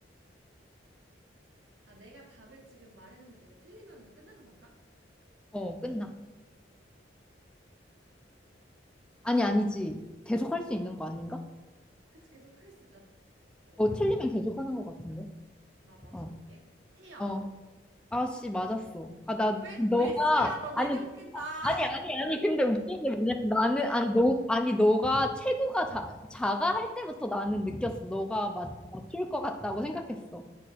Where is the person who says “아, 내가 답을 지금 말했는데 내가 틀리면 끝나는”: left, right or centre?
Right